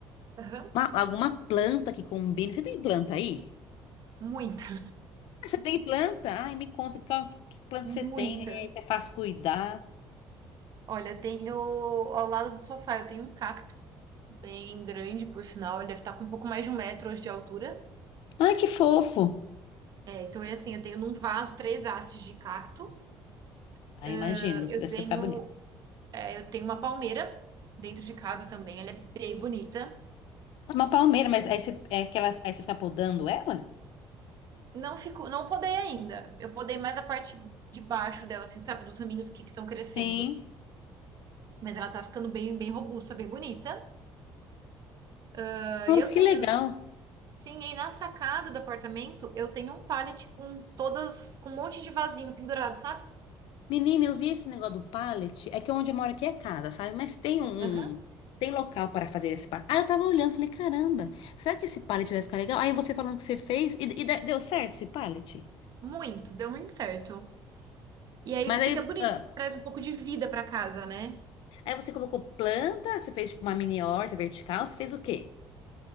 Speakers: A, on the right (about 45°); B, on the left (about 75°).
A: aham.
B: Uma- alguma planta que combine. Você tem planta aí?
A: Muita,
B: Ah, você tem planta? Ai, me conta qual- que planta
A: muita.
B: você tem, é, você faz cuidar.
A: Olha, eu tenho ao lado do sofá, eu tenho um cacto bem grande, por sinal, ele deve estar com um pouco mais de um metro hoje de altura.
B: Ai, que fofo.
A: É, então é assim, eu tenho num vaso três hastes de cacto,
B: Ai,
A: ãh,
B: imagino,
A: eu
B: deve
A: tenho,
B: ficar bonito.
A: é, eu tenho uma palmeira dentro de casa também, ela é bem bonita.
B: Tá Uma palmeira, mas aí você, é aquelas, aí você fica podando ela?
A: Não ficou, não podei ainda. Eu podei mais a parte de baixo dela, assim, sabe, dos raminhos que estão crescendo.
B: Sim.
A: Mas ela tá ficando bem, bem robusta, bem bonita. Ãh,
B: Nossa,
A: e eu
B: que
A: tenho,
B: legal.
A: né? Sim, e na sacada do apartamento eu tenho um pallet com todas, com um monte de vasinho pendurado, sabe?
B: Menina, eu vi esse negócio do pallet. É que onde eu moro aqui é casa, sabe? Mas tem um.
A: Aham.
B: um- Tem local para fazer esse pallet. Ah, eu tava olhando, falei, caramba, será que esse pallet vai ficar legal? Aí você falando que você fez, e, e de- deu certo esse pallet?
A: Muito, deu muito certo. E aí
B: Mas
A: fica
B: aí.
A: bonito,
B: ah,
A: traz um pouco de vida pra casa, né?
B: aí você colocou planta, você fez tipo uma mini horta vertical, você fez o quê?